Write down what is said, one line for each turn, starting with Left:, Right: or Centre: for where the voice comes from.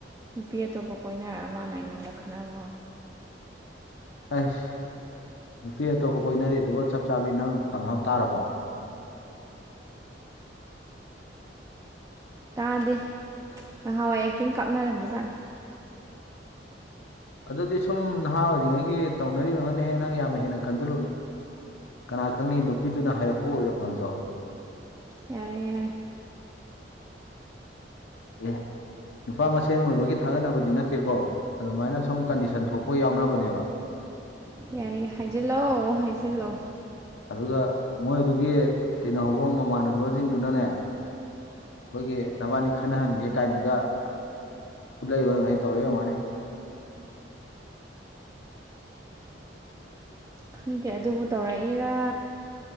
Right: ꯅꯨꯄꯤ ꯑꯇꯣꯞꯄ ꯀꯣꯏꯅꯔ ꯃꯥꯅ ꯑꯩꯉꯣꯟꯗ ꯈꯠꯅꯕ ꯍꯧꯋꯦ
Left: ꯑꯩꯁ ꯅꯨꯄꯤ ꯑꯇꯣꯞꯄ ꯀꯣꯏꯅꯔꯦ ꯑꯗꯨꯕꯨ ꯆꯞ ꯆꯥꯕꯤ ꯅꯪ ꯀꯟꯐꯥꯝ ꯇꯥꯔꯕꯣ
Right: ꯇꯥꯗꯦ ꯉꯍꯥꯟꯋꯥꯏ ꯑꯦꯛꯇꯤꯡ ꯀꯥꯞꯅꯔꯝꯕꯖꯥꯠꯅꯤ
Left: ꯑꯗꯨꯗꯤ ꯁꯨꯝ ꯅꯍꯥ ꯑꯣꯏꯔꯤꯉꯩꯒꯤ ꯇꯧꯅꯔꯤꯕ ꯑꯣꯏꯔꯝꯉꯥꯅꯦꯍꯦ ꯅꯪ ꯌꯥꯝꯅ ꯍꯦꯟꯅ ꯈꯟꯖꯤꯜꯂꯨꯅꯨ ꯀꯅꯥ ꯈꯪꯅꯤ ꯅꯨꯄꯤꯗꯨꯅ ꯍꯥꯏꯔꯛꯄ ꯑꯣꯏꯔꯝꯃꯖꯨ
Right: ꯌꯥꯔꯦ ꯌꯥꯔꯦ
Left: ꯑꯦ ꯅꯨꯄꯥ ꯃꯁꯦꯟ ꯑꯣꯏꯕꯒꯤ ꯊꯥꯒꯠꯅꯕꯗꯤ ꯅꯠꯇꯦꯀꯣ ꯑꯗꯨꯃꯥꯏꯅ ꯁꯨꯝ ꯀꯟꯗꯤꯁꯟ ꯊꯣꯛꯄ ꯌꯥꯎꯅꯕꯅꯦꯕ
Right: ꯌꯥꯔꯦ ꯍꯥꯏꯖꯤꯜꯂꯣ ꯍꯥꯏꯖꯤꯜꯂꯣ
Left: ꯑꯗꯨꯒ ꯃꯣꯏꯗꯨꯒꯤ ꯇꯤꯟꯅꯍꯧꯕ ꯃꯃꯥꯟꯅꯕꯖꯤꯡꯗꯨꯅꯅꯦ ꯑꯈꯣꯏꯒꯤ ꯅꯕꯥꯅꯤ ꯈꯠꯅꯍꯟꯒꯦ ꯀꯥꯏꯅꯒꯥ ꯎꯠꯂꯛꯏ ꯑꯣꯏꯔꯡꯒꯥꯅꯤ ꯇꯧꯔꯛꯏ ꯑꯣꯏꯔꯝꯒꯥꯅꯤ
Right: ꯈꯪꯗꯦ ꯑꯗꯨꯕꯨ ꯇꯧꯔꯛꯏꯔꯥ